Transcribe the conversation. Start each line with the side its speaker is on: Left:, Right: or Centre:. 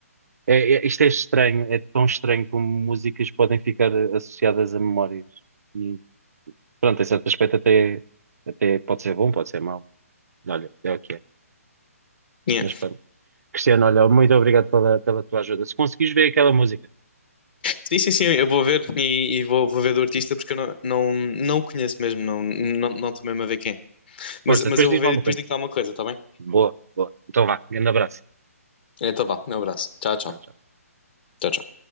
Right: É, é- isto é estranho, é tão estranho como músicas podem ficar associadas a memórias. E pronto, em certo aspecto até, até pode ser bom, pode ser mau. Olha, é o que é.
Left: Yeah.
Right: Mas pronto. Cristiano, olha, muito obrigado pela, pela tua ajuda. Se conseguires ver aquela música,
Left: Sim, sim, sim, eu vou ver e, e vou, vou ver do artista porque eu não, não, não o conheço mesmo, não, não, não estou mesmo a ver quem é.
Right: força,
Left: Mas, mas
Right: depois
Left: eu
Right: diz-me
Left: vou ver
Right: alguma
Left: e depois
Right: coisa.
Left: digo-te alguma coisa, está bem?
Right: Boa, boa. Então vá, grande abraço.
Left: Então vá, um abraço. Tchau, tchau.
Right: Tchau. tchau.
Left: Tchau, tchau.